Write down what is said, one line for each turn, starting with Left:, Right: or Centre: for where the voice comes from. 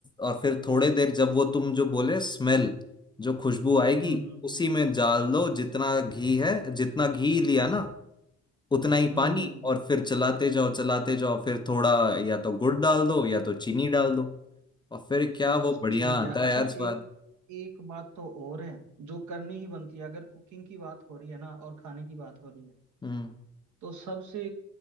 Left: और फिर थोड़े देर जब वो तुम जो बोले स्मेल जो खुशबू आएगी
Right: हम्म हम्म
Left: उसी
Right: हम्म
Left: में डाल दो जितना घी है जितना घी लिया ना उतना ही
Right: हम्म,
Left: पानी
Right: हम्म,
Left: और फिर चलाते जाओ चलाते जाओ फिर थोड़ा या तो गुड़ डाल दो या तो चीनी डाल दो और फिर क्या
Right: हम्म, बस
Left: वो बढ़िया
Right: ठीक
Left: आता
Right: है अच्छा
Left: है यार स्वाद
Right: एक एक बात तो और है जो करनी ही बनती है अगर कुकिंग की बात हो रही है ना और खाने की बात हो रही है
Left: हम्म
Right: तो सबसे